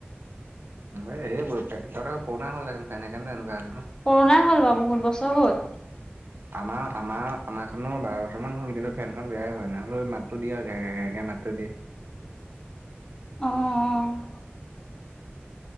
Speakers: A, on the right; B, on the left.
A: এ এই ব তহতৰ পুৰণা হল চাগে সেইকানে এনেকুৱা
B: কৰোণাই হ'ল বাৰু বহুত বছৰ হ'ল
A: আমাৰ আমাৰ আমাৰ খন বাৰ বছমান হ'ল কিন্তু ফেনখন বেয়াই হোৱা নাই হলৌ মাতটো দিয়ে গেৰ গেৰ গেৰকে মাতটো দিয়ে।
B: অ অ।